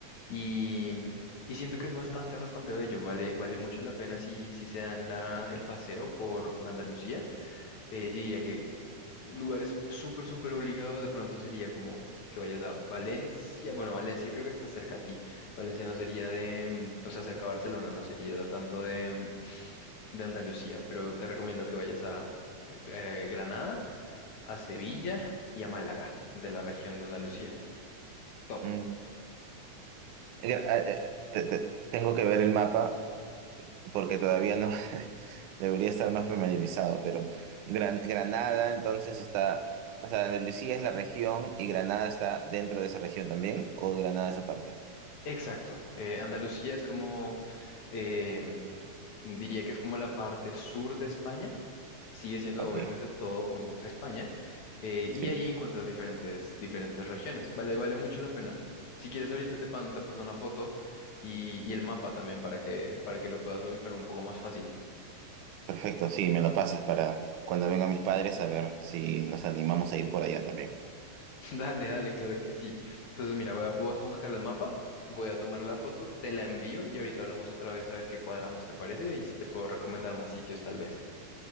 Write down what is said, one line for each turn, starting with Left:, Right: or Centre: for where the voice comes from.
Left: Y, y siento que es bastante, bastante bello. Vale, vale mucho la pena si, si se dan la- el paseo por, por Andalucía. Eh, yo diría que lugares súper, súper obligados de pronto sería como que vayas a Valencia. Bueno, Valencia creo que está cerca a ti. Valencia no sería de, mm, o sea, cerca a Barcelona, no sería tanto de, mm, de Andalucía, pero te recomiendo que vayas a eh, Granada, a Sevilla y a Málaga, de la región de Andalucía. Top.
Right: mm. Eh, eh, te- te- tengo que ver el mapa porque todavía no <laughs> debería estar más familiarizado, pero Gran- Granada entonces está, o sea, Andalucía es la región y Granada está dentro de esa región también, o Granada es aparte.
Left: Exacto. Eh, Andalucía es como, eh, diría que es como la parte sur de España sigue siendo
Right: Ok,
Left: obviamente todo como España, eh, y
Right: sí.
Left: ahí encuentras diferentes, diferentes regiones. Vale, vale mucho la pena. Si quieres, ahorita te, pan- te paso una foto y, y el mapa también para que, para que lo puedas ubicar un poco más fácil.
Right: Perfecto, sí, me lo pasas para cuando vengan mis padres a ver si nos animamos a ir por allá también.
Left: <laughs> Dale, dale, claro que sí. Entonces, mira, voy a, voy a buscar el mapa, voy a tomar la foto, te la envío y ahorita hablamos otra vez a ver qué cuadramos te parece y si te puedo recomendar más sitios tal vez.